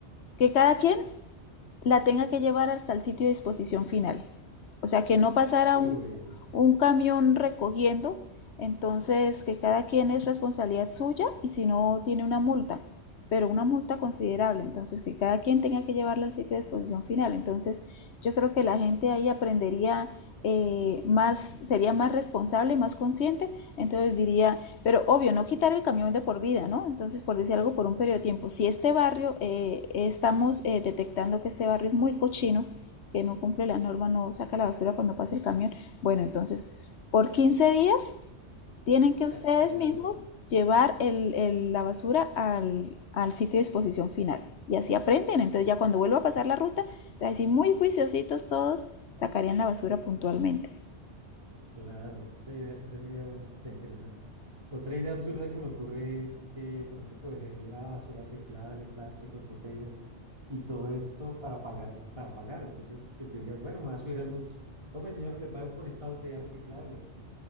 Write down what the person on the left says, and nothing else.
que cada quien la tenga que llevar hasta el sitio de disposición final. O sea, que no pasara
un, un camión recogiendo, entonces que cada quien es responsabilidad suya y si no tiene una multa, pero una multa considerable, entonces que cada quien tenga que llevarla al sitio de disposición final. Entonces yo creo que la gente ahí aprendería eh, más, sería más responsable, más consciente entonces diría, pero obvio, no quitar el camión de por vida, ¿no? Entonces, por decir algo, por un periodo de tiempo. Si este barrio, eh, estamos eh, detectando que este barrio es muy cochino, que no cumple la norma, no saca la basura cuando pasa el camión, bueno, entonces, por 15 días tienen que ustedes
mismos llevar el, el- la basura al, al sitio de disposición final. Y así aprenden. Entonces, ya cuando vuelva a pasar la ruta, así muy juiciositos todos sacarían la basura puntualmente.